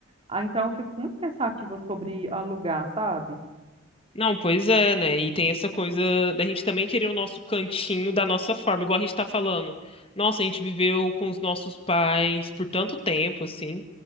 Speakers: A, on the right; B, on the left.
A: Ah, então eu fico muito pensativa sobre alugar, sabe?
B: Não, pois é, né? E tem essa coisa da gente também querer o nosso cantinho da nossa forma, igual a gente tá falando. Nossa, a gente viveu com os nossos pais por tanto tempo, assim,